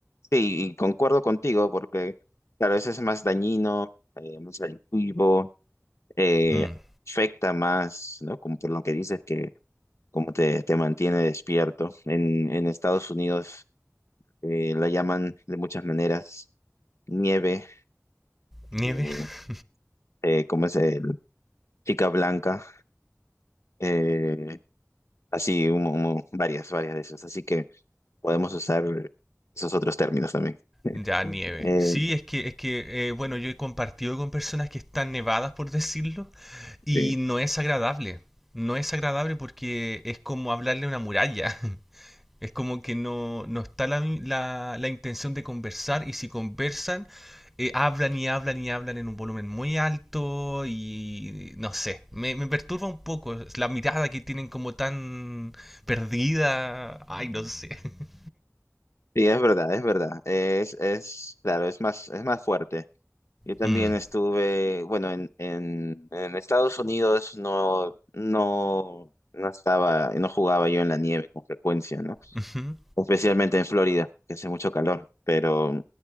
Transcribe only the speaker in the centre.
Mm,
¿Nieve?
<laughs>
Ya, nieve.
Sí, es que, es que eh, bueno, yo he compartido con personas que están nevadas, por decirlo, y
no es agradable. No es agradable porque es como hablarle a una muralla. <laughs> Es como que no, no está la, la, la intención de conversar y si conversan, eh, hablan y hablan y hablan en un volumen muy alto y no sé, me, me perturba un poco es la mirada que tienen como tan perdida. Ay, no sé. <laughs>
Mm,
ujú,